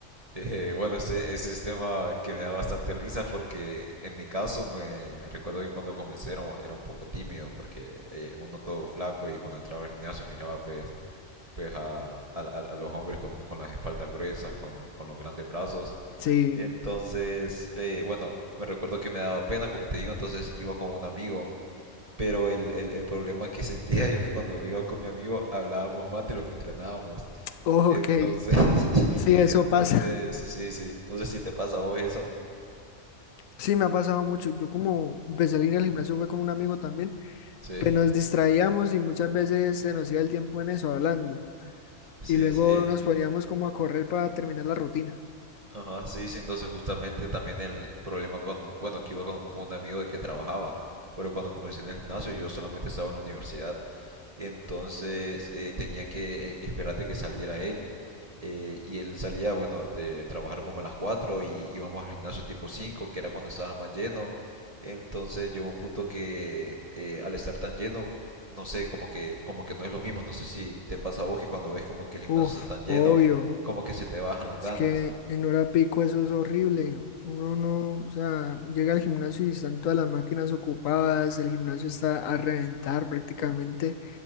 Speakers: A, on the right (about 30°); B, on the left (about 85°).
A: Eh, bueno, este, ese es tema que me da bastante risa porque en mi caso me recuerdo que cuando comencé era, era un poco tímido porque eh, uno todo flaco y cuando entraba al gimnasio miraba pues, pues a, a- a- a los hombres con, con las espaldas gruesas, con, con los grandes brazos.
B: Sí,
A: Entonces, eh, bueno, me recuerdo que me daba pena, como te digo, entonces iba con un amigo. Pero el, el, el problema que <laughs> sentía yo que cuando iba con mi amigo hablábamos más de lo que entrenábamos.
B: <laughs>
A: Entonces,
B: ok,
A: <laughs>
B: sí, eso
A: entonces,
B: pasa.
A: sí, sí. No sé si te pasa a vos eso.
B: Sí, me ha pasado mucho. Yo como empecé a ir al gimnasio fue con un amigo también.
A: Sí,
B: pues nos distraíamos y muchas veces se nos iba el tiempo en eso, hablando.
A: sí,
B: Y luego
A: sí. en-
B: nos poníamos como a correr para terminar la rutina.
A: Ajá, sí, sí. Entonces, justamente también el problema con, bueno, que iba con, con un amigo de que trabajaba, pero cuando comencé en el gimnasio yo solamente estaba en la universidad. Entonces eh, tenía que eh, esperar de que saliera él. eh, y él salía, bueno, de trabajar como a las 4 y íbamos al gimnasio tipo cinco que era cuando estaba más lleno. Entonces llegó un punto que eh, al estar tan lleno, no sé, como que, como que no es lo mismo. No sé si te pasa a vos que cuando ves como que el gimnasio
B: Uf,
A: está tan lleno,
B: obvio.
A: como que se te bajan las
B: Es
A: ganas.
B: que en hora pico eso es horrible. Uno no, o sea, llega al gimnasio y están todas las máquinas ocupadas, el gimnasio está a reventar prácticamente